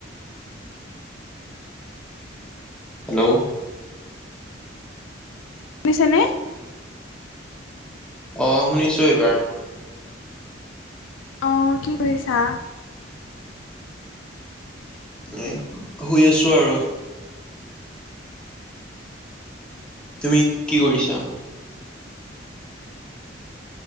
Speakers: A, in the centre; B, on the left.
A: হেল্ল'।
B: শুনিছেনে?
A: অ' শুনিছো এইবাৰ।
B: অ' কি কৰিছা?
A: এ, শুই আছো আৰু। তুমি কি কৰিছা?